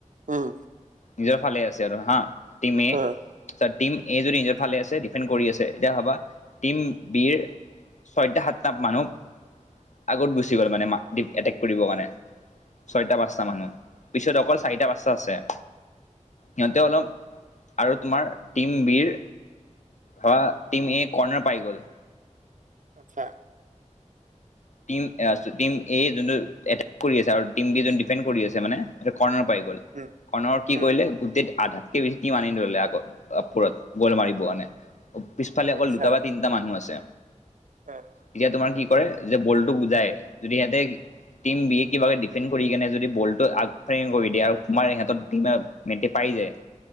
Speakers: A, on the right (about 80°); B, on the left (about 70°).
A: উম
B: নিজৰ ফালে আছে আৰু হা টি এ আচ্ছা
A: উম
B: টিম এ যদি নিজৰ ফালে আছে ডিফেণ্ড কৰি আছে এতিয়া ভাবা টিম বিৰ ছয়টা সাতটা মানুহ আগত গুচি গ'ল মানে মা দিপ এটেক কৰিবৰ কাৰণে ছয়টা পাঁচটা মানুহ পিছত অকল চাৰিটা পাঁচটা আছে সিহঁতে অলপ আৰু তোমাৰ টিম বিৰ ধৰা টিম এ কৰ্নাৰ পাই গ'ল
A: আচ্ছা
B: টিম এয়াছো, টিম এ যোনটো এটেক কৰি আছে আৰু টিম বি যোন ডিফেণ্ড কৰি আছে মানে এটো কৰ্ণাৰ পাই গল,
A: উম
B: কৰ্নাৰত কি
A: উম
B: কৰিলে গোটেইত আধা কে বেছি টিম আনি ললে আকৌ ওপৰত গোল মাৰিব কাৰণে পিছফালে অকল
A: আচ্ছা
B: দুটা বা তিনি মানুহ আছে
A: উম
B: এতিয়া তোমাৰ কি কৰে যে বলটো বুজায় যদি সিহঁতে টিম বিয়ে কিবাকৈ ডিফেণ্ড কৰি কেনে যদি বলটো আগফেৰেঙ কৰি দিয়ে আৰু তোমাৰ ইহঁত টিমে মেটি পাই যায় <inaudible>